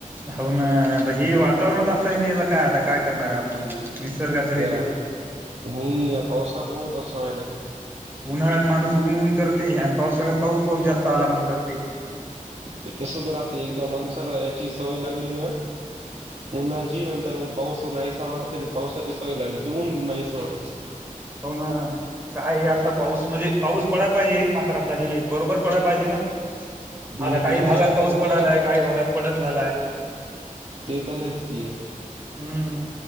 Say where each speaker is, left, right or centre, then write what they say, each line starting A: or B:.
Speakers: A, on the right; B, on the right.
A: हो ना, आता हे वातावरणच असं येना काय आता काय करणार ये आपण बी. निसर्गाचं हे
B: या
A: ते
B: मी या पावसामुळच असं व्हायलंय.
A: उन्हाळ्यात माणूस ऊन ऊन करते. आणि पाऊस सगळ्यात पाऊस पाऊस जास्त आला म्हणून करते.
B: ते तसचं राहतय एकदा माणसाला याची सवय लागली ना उन्हाची नंतर मग पाऊस नाहीसा, वाटत पावसाची सवय लागली की उन्ह नाहीस वाटत.
A: हो ना, काय असं पाऊस म्हणजे, पाऊस पडायला पाहिजे मात्र आता हे. बरोबर पडाय पाहिजे ना,
B: हम्म
A: आता काही
B: तुमच्याकडच्या
A: भागात पाऊस
B: झाल्या
A: पडालाय,
B: का
A: काही भागात पडण झालाय.
B: तेे तर आहेच की,
A: हम्म